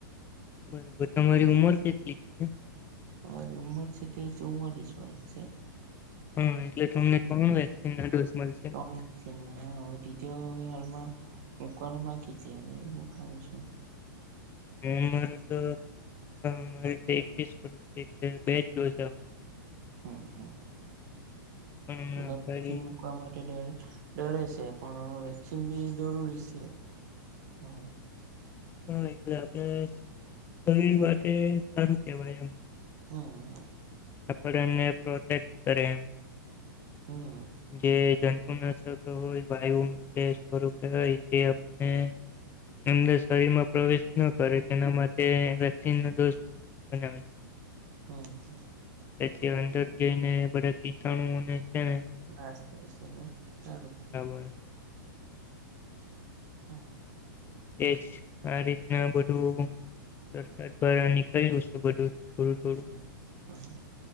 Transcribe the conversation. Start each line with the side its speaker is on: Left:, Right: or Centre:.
Left: બરોબર તમારી ઉમર કેટલી છે
Right: અમારી ઉંમર છે તે ચૌવાલીસ વર્ષ
Left: હા એટલે તમને ત્રણ વેક્સિનના ડોઝ મળશે
Right: છે <unintelligible> નાટી જો હાલમાં મૂકવાનું બાકી છે હવે મકાવ શું.
Left: <unintelligible> તો. <inaudible> મારે એકવીસ વર્ષ છે એટલે બે જ ડોઝ આવ
Right: હા હા.
Left: પણ હમણાં
Right: બધા
Left: અગાડી
Right: વેક્સન મુકવા માટે ડરે? ડરે છે પણ વેક્સિન બી જરૂરી છે. હા.
Left: હા એટલે આપડે વાતે સારું કેવાય એમ.
Right: હમ્મ.
Left: આપડેને પ્રોટેક કરે
Right: હમ
Left: જે ગ હમણાં જ <inaudible> હોય વાયુ મૂકે સ્વરૂપે હોય તે આપને અંદર શરીર માં પ્રવેશ કરે
Right: હમ
Left: તેના માટે વેક્સીન નો ડોઝ બનાવે છે.
Right: હમ્મ હમ્મ.
Left: પછી અંદર જઈને બધા કીટાણુઓને છે ને
Right: નાશ કરે છે ને સારું
Left: કરે.
Right: હા.
Left: એજ આ રીતના બધું સરકાર દ્વારા નીકળેયું છે બધું. થોડું થોડું
Right: હમ્મ હમ્મ.